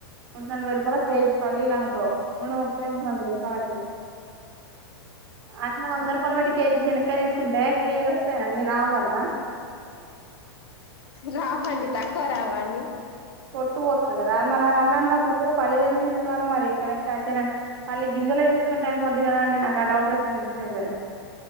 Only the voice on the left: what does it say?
రావండి తక్కువ రావండి